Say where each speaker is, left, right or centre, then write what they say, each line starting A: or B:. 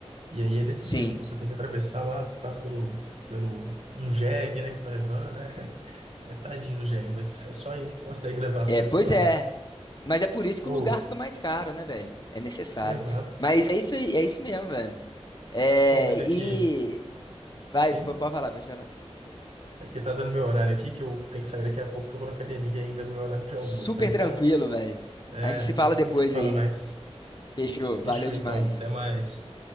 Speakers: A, on the right; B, on the left.
A: E aí é desse
B: Sim.
A: jeito, você tem que atravessar lá, passa pelo, pelo um jegue, né, que vai levando, né? É tadinho do jegue, mas é só ele que consegue levar as
B: É,
A: coisas
B: pois
A: para
B: é.
A: lá.
B: Mas é por isso que
A: Ou,
B: o lugar fica mais caro, né, velho? É necessário.
A: exato.
B: Mas é isso aí, é isso mesmo, velho. É,
A: Ou, mas
B: e
A: aqui,
B: vai,
A: sim.
B: p- pode falar, pode falar.
A: É porque tá dando meu horário aqui, que eu tenho que sair daqui a pouco, que eu vou na academia ainda no meu horário de almoço,
B: Super
A: né? Então,
B: tranquilo, velho.
A: é,
B: A gente se
A: daqui
B: fala
A: a pouco
B: depois
A: a gente se fala
B: aí.
A: mais.
B: Fechou.
A: Fechou
B: Valeu demais.
A: então, até mais.